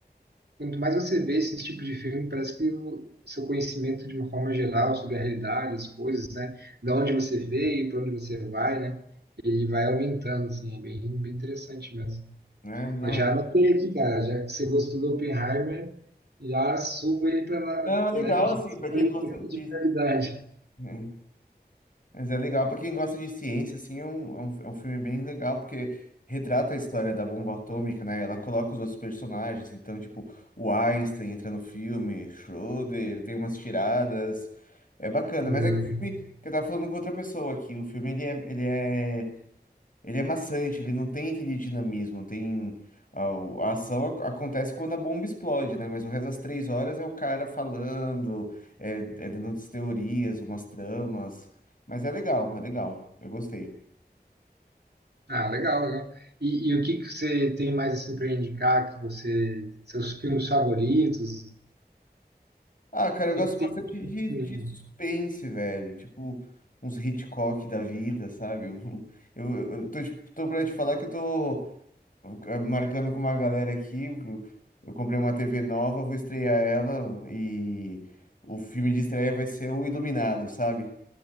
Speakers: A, on the right; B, on the left.
A: quanto mais você vê esse tipo de filme, parece que o seu conhecimento de uma forma geral sobre a realidade, as coisas, né? Da onde você veio, para onde você vai, né? Ele vai aumentando, assim, é bem, bem interessante mesmo.
B: né? Não
A: Mas
B: é,
A: já anotei aqui, cara, já que você gostou do Oppenheimer, já suba ele para,
B: não, é legal,
A: né? Já
B: assim,
A: suba
B: pra quem
A: ele
B: gosta de.
A: de prioridade.
B: né? Mas é legal. Pra quem gosta de ciência, assim, é um, é um, é um filme bem legal, porque retrata a história da bomba atômica, né? Ela coloca os outros personagens. Então, tipo, o Einstein entra no filme, Schroeder, tem umas tiradas. É bacana.
A: Hum.
B: Mas é que o filme que eu tava falando com outra pessoa aqui. O filme, ele é, ele é ele é maçante, ele não tem aquele dinamismo, tem... A, a ação ac- acontece quando a bomba explode, né? Mas o resto das três horas é o cara falando, é, é dando umas teorias, umas tramas. Mas é legal, é legal. Eu gostei.
A: Ah, legal, legal. E, e o que que você tem mais assim para indicar que você, seus filmes favoritos?
B: Ah, cara,
A: Sempre
B: eu gosto
A: tem.
B: bastante de, de
A: filme.
B: suspense, velho. Tipo, uns Hitchcock da vida, sabe? <laughs> Eu, eu, eu tô, tipo, tô pra te falar que eu tô Eh, marcando com uma galera aqui. Eu eu comprei uma TV nova, vou estrear ela e o filme de estreia vai ser o Iluminado, sabe?